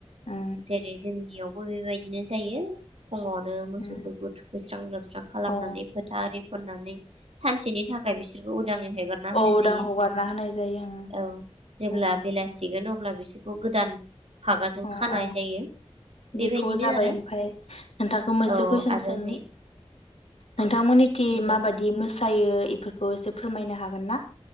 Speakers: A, on the left; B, on the right.
A: अ औ
B: जेरै जोंनियाव बो बेबायदिनो जायो। फुङावनो मोसौफोरखौ
A: उम
B: थुखैस्रां लोबस्रां खालामनानै
A: अ
B: फोथारि नानै सानसेनि थाखाय बिसोरखौ उदांयै हेगारना होनाय
A: औ उदां
B: जायो
A: हगारना होनाय जायो उम
B: औ जेब्ला
A: उम
B: बेलासिगोन अ ब्ला बिसोरखौ गोदान फागाजों
A: अ
B: खानाय
A: अ
B: जायो बेबायदिनो
A: बेखौ जाबाय
B: आरो
A: ओमफाय नोंथांखौ मोनसे
B: औ
A: कुयसन
B: आरो
A: सोंनि
B: नै
A: नोंथांमोननि
B: औ
A: थिं
B: सोंजागोन
A: माबादि मोस सायो इफोरखौ एसे फोरमायनो हागोन ना?